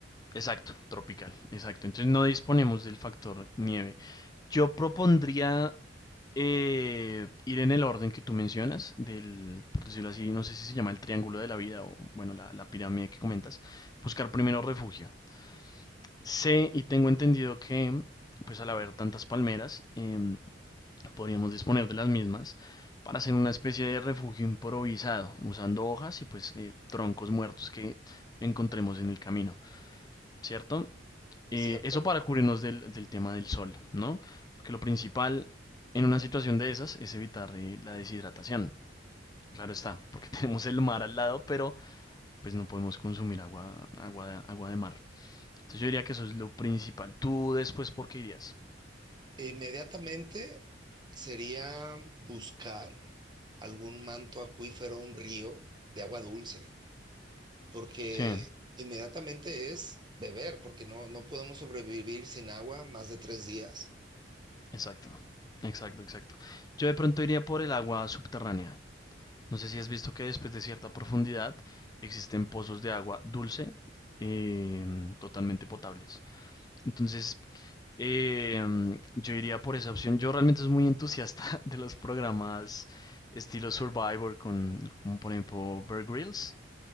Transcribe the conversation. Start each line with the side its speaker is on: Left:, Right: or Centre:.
Left: Exacto, tropical, exacto. Entonces no disponemos del factor nieve. Yo propondría eh, ir en el orden que tú mencionas, del, por decirlo así, no sé si se llama el triángulo de la vida o, bueno, la, la pirámide que comentas, buscar primero refugio. Sé y tengo entendido que, pues al haber tantas palmeras, em, podríamos disponer de las mismas para hacer una especie de refugio improvisado, usando hojas y pues eh, troncos muertos que encontremos en el camino, ¿cierto? Eh,
Right: ¿cierto?
Left: eso para cubrirnos del, del tema del sol, ¿no? Porque lo principal en una situación de esas es evitar eh, la deshidratación. Claro está, porque <laughs> tenemos el mar al lado, pero pues no podemos consumir agua, agua, de- agua de mar. Entonces yo diría que eso es lo principal. ¿Tú después por qué irías?
Right: E inmediatamente sería buscar algún manto acuífero, un río de agua dulce. porque
Left: Sí,
Right: inmediatamente es beber, porque no, no podemos sobrevivir sin agua más de tres días.
Left: exacto, exacto, exacto. Yo de pronto iría por el agua subterránea. No sé si has visto que después de cierta profundidad existen pozos de agua dulce em, totalmente potables. Entonces, em, yo iría por esa opción. Yo realmente soy muy entusiasta <laughs> de los programas estilo Survivor, con, como por ejemplo Bear Grylls,